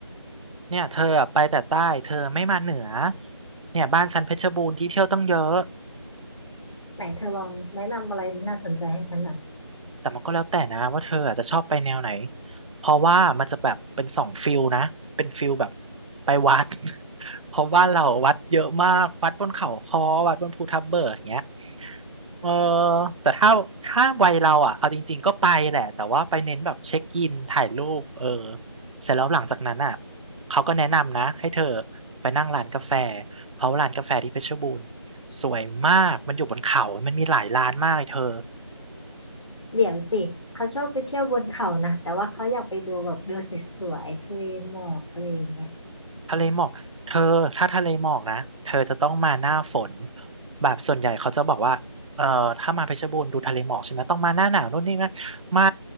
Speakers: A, on the right; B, on the left.
A: เนี่ยเธออะไปแต่ใต้เธอไม่มาเหนือ เนี่ยบ้านฉันเพชรบูรณ์ที่เที่ยวตั้งเยอะ
B: ไหนเธอลองแนะนำอะไรที่น่าสนใจให้ฉันหน่อย
A: แต่มันก็แล้วแต่นะว่าเธออาจจะชอบไปแนวไหน เพราะว่ามันจะแบบเป็นสองฟิลนะเป็นฟิลแบบไปวัด <laughs> เพราะว่านเราวัดเยอะมากวัดบนเขาค้อวัดบนภูทับเบิกอย่างเงี้ยเออแต่ถ้าถ้าวัยเราอ่ะเอาจริงๆก็ไปแหละแต่ว่าไปเน้นแบบเช็คอินถ่ายรูปเออเสร็จแล้วหลังจากนั้นอ่ะเขาก็แนะนำนะให้เธอไปนั่งร้านกาแฟเพราะว่าร้านกาแฟที่เพชรบูรณ์สวยมากมันอยู่บนเขามันมีหลายร้านมากเลยเธอ
B: เดี๋ยวสิเขาชอบไปเที่ยวบนเขานะแต่ว่าเขาอยากไปดูแบบวิวสวยๆทะเลหมอกอะไรอย่างเงี้ย
A: ทะเลหมอกเธอถ้าทะเลหมอกนะเธอจะต้องมาหน้าฝนแบบส่วนใหญ่เขาจะบอกว่าเอ่อถ้ามาเพชรบูรณ์ดูทะเลหมอกใช่ไหมต้องมาหน้าหนาวนู่นนี่นะไม่